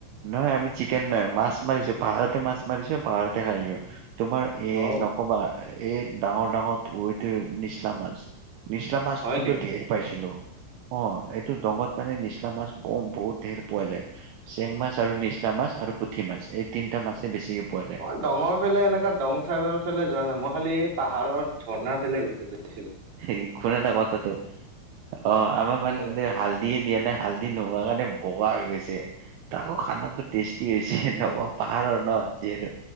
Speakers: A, on the right; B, on the right.
A: নহয় আমি চিকেন নাই, মাছ মাৰিছো পাহাৰতে মাছ মাৰিছো, পাহাৰতে খাইছো। তোমাৰ এই
B: অ
A: নকবা এই ডাঙৰ - ডাঙৰ পইটো নিচলা মাছ নিছলা মাছ
B: হয়
A: কিন্তু
B: নেকি
A: ধেৰ পাইছিলো। অ এইটো দঙত মানে নিচলা মাছ ব বহুত ধেৰ পোৱা যায়। চেং মাছ আৰু নিচলা মাছ আৰু পুঠি মাছ এই তিনিটা মাছে বেছিকে পোৱা যায়।
B: মই দঙৰ ফালে এনেকুৱা দং চাইডৰ ফালে যোৱা নাই, মই খালি এই পাহাৰৰ ঝৰ্ণাৰ ফালে গৈছো বেছিকৈ।
A: এই শুনা এটা কথাটো, অ আমাৰ মানে
B: উম
A: তাতে হাল দিয়ে দিয়া নাই হালধি নোহোৱা কাৰণে বগা হৈ গৈছে, ত আকৌ খানাটো টেষ্টি হৈছে নক পাহাৰৰ ন যিহেতু